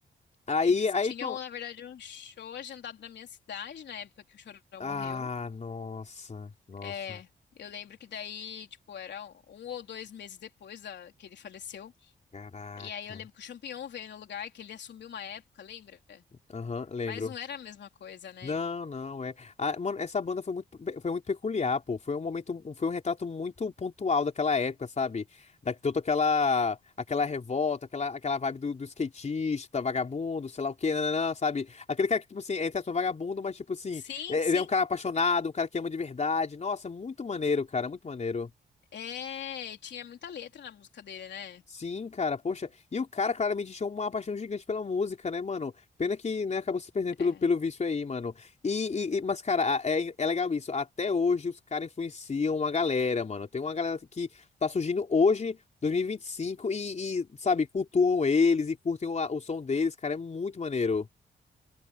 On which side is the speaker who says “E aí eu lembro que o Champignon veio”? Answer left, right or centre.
Left